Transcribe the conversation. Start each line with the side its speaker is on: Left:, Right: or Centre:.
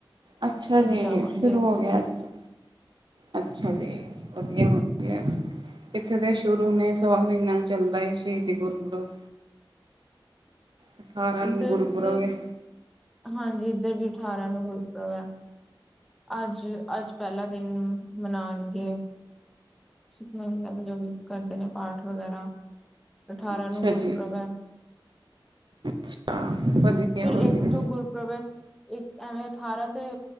Right: ਅੱਛਾ
Centre: ਅੱਜ
Right: ਜੀ
Centre: ਜਾਵਾਂਗੇ
Right: ਸ਼ੁਰੂ
Centre: ਅਸੀਂ
Right: ਹੋ ਗਿਆ ਅੱਜ ਤੋਂ ਅੱਛਾ ਜੀ ਵਧੀਆ ਵਧੀਆ ਇੱਥੇ ਦੇ ਸ਼ੁਰੂ ਨੇ ਸਵਾ ਮਹੀਨਾ ਚੱਲਦਾ ਹੈ ਸ਼ਹੀਦੀ ਗੁਰਪੁਰਬ ਅਠਾਰਾਂ ਨੂੰ
Centre: ਇੱਧਰ
Right: ਗੁਰਪੁਰਬ
Centre: ਤੇ
Right: ਹੈ।
Centre: ਹਾਂਜੀ ਇੱਧਰ ਵੀ ਅਠਾਰਾਂ ਨੂੰ ਗੁਰਪੁਰਬ ਹੈ ਅੱਜ ਅੱਜ ਪਹਿਲਾ ਦਿਨ ਮਨਾਉਣਗੇ ਸੁਖਮਨੀ ਸਾਹਿਬ ਦਾ ਜੋ ਵੀ ਕਰਦੇ ਨੇ ਪਾਠ ਵਗੈਰਾ। ਅਠਾਰਾਂ
Right: ਅੱਛਾ
Centre: ਨੂੰ ਗੁਰਪੁਰਬ
Right: ਜੀ
Centre: ਏ
Right: ਅੱਛਾ ਵਧੀਆ
Centre: ਫਿਰ
Right: ਵਧੀਆ
Centre: ਇੱਕ ਜੋ ਗੁਰਪੂਰਬ ਇੱਕ। ਐਵੇਂ ਅਠਾਰਾਂ ਤੇ